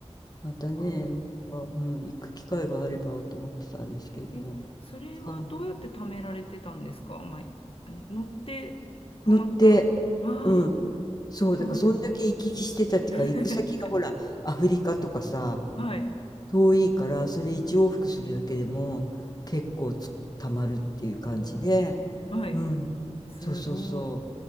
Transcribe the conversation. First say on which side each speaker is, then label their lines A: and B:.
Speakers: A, on the left; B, on the left.
A: またね、
B: あ
A: なんか、うん、行く機会があればと思ってたんですけれども。
B: え、それはどうやって貯められてたんですかまあ、
A: 使わ
B: 乗って貯まった。
A: 乗って、
B: ああ、
A: うん。そう、
B: すごい。
A: だからそんだけ行き来してたっていうか、
B: <laughs>
A: 行く先がほら、アフリカとかさ、
B: はい。
A: 遠いから、それ一往復するだけでも結構つ、たまるっていう感じで、
B: おお、はい。
A: うん。
B: すごい。
A: そうそうそ